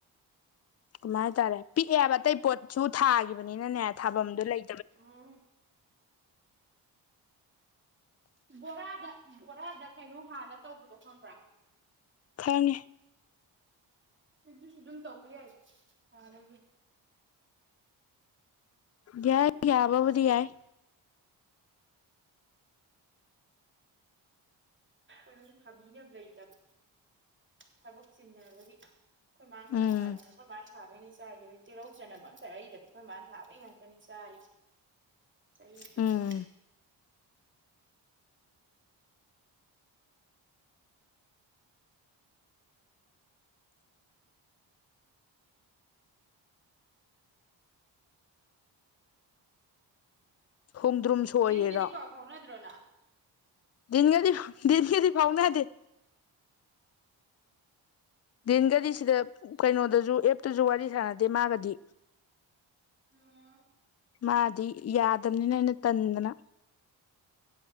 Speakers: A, on the left (about 35°); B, on the right (about 25°).
A: ꯀꯃꯥꯏ ꯍꯥꯏꯇꯥꯔꯦ ꯄꯤꯛꯑꯦꯕ ꯑꯇꯩ ꯄꯣꯠꯁꯨ ꯊꯥꯈꯤꯕꯅꯤꯅꯅꯦ ꯊꯥꯐꯝꯗꯣ ꯂꯩ
B: ꯎꯝ ꯣꯔꯒ ꯕꯣꯔꯥꯗ ꯀꯩꯅꯣ ꯍꯥꯟꯅ ꯇꯧꯕꯗꯣ ꯈꯪꯕ꯭ꯔꯥ
A: ꯈꯪꯉꯅꯤ
B: ꯁꯤꯁꯨ ꯁꯝ ꯇꯧ ꯌꯥ ꯐꯔ
A: ꯌꯥ ꯌꯥꯌꯥꯕꯕꯗꯤꯌꯥꯏ
B: ꯑꯩꯈꯣꯏ ꯊꯥꯕꯤ ꯌꯥꯝ ꯂꯩꯇꯕ ꯊꯕꯛ ꯆꯤꯟꯅꯕꯒꯤ ꯀꯣꯏ ꯃꯥꯥꯡ ꯀ
A: ꯎꯝ
B: ꯊꯥꯏ ꯅ ꯃꯥ ꯊꯥꯕꯅꯤ ꯆꯥꯏꯣꯏ ꯇꯤꯜꯍꯧ ꯆꯅꯕ ꯑ ꯆꯔꯛꯏꯗꯕ ꯑꯩꯈꯣꯏ ꯃꯥꯅ ꯊꯥꯕꯩ ꯉꯥꯛꯇꯅꯤ ꯆꯥꯏ ꯆꯍꯤ ꯆꯄ
A: ꯎꯝ ꯈꯣꯡꯗ꯭ꯔꯨꯝ ꯁꯣꯏꯔꯤꯔꯣ
B: ꯟꯒꯗꯤ ꯐꯥꯎ ꯐꯥꯎꯅꯗ꯭ꯔꯣꯅ
A: ꯟꯒꯔꯤ ꯟꯒꯔꯤ ꯐꯥꯎꯅ ꯍꯥꯏꯗꯤꯦ ꯤꯟꯒꯗꯤ
B: ꯃꯥꯗꯤ
A: ꯁꯤꯗ ꯀꯩꯅꯣꯗꯁꯨ ꯑꯦꯞꯇꯁꯨ ꯋꯥꯔꯤ ꯁꯥꯟꯅꯗꯦ ꯃꯥꯒꯗꯤ
B: ꯎꯝ
A: ꯃꯥꯗꯤ ꯌꯥꯗꯕꯅꯤꯅ ꯑꯩꯅ ꯇꯗꯅ